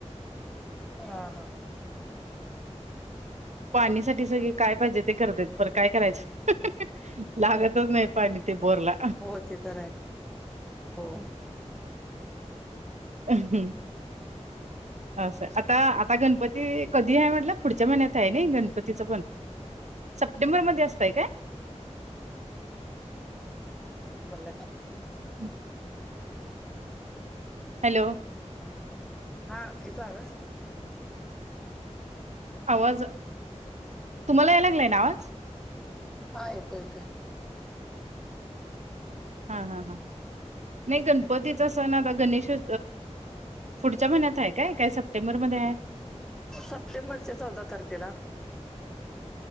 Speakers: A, in the centre; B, on the right.
A: हा हा ह
B: पाणी साठी सगळी काय पाहिजे ते करतेत पर काय करायचं लागत नाही पाणी ते बोरला
A: हो ते तर आहे हो
B: हम् असं आता आता गणपती कधी आहे म्हटलं पुढच्या महिन्यात आहे नाही गणपतीचं पण सप्टेंबर मध्ये असतय का
A: बला
B: हम् हॅलो
A: हा इथ आव
B: आवाज तुम्हाला याय लागला ना आवाज
A: हा येतो येत
B: हा हा हा नाही गणपतीचा सण आता गणेश अ पुढच्या महिन्यात आहे काय काय सप्टेंबरमध्येध्ये आहे
A: सप्टेंबरच्या चौदा तारखेला